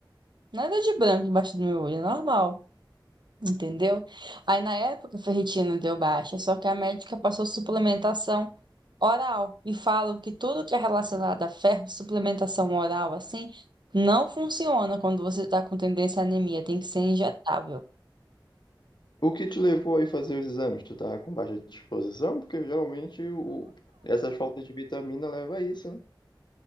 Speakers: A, on the right; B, on the left.
A: nada de branco embaixo do meu olho, é normal. entendeu? Aí na época a ferritina deu baixa, só que a médica passou suplementação oral e falam que tudo que é relacionado a ferro, suplementação oral assim, não funciona quando você está com tendência à anemia, tem que ser injetável.
B: O que te levou aí fazer os exames? Tu tava com baixa disposição? Porque geralmente o... essas faltas de vitamina leva a isso, né?